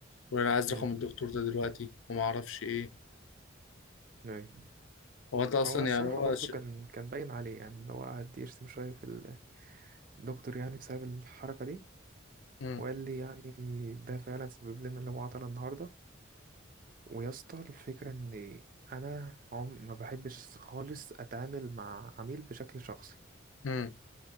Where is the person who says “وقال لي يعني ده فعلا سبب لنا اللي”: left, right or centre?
Right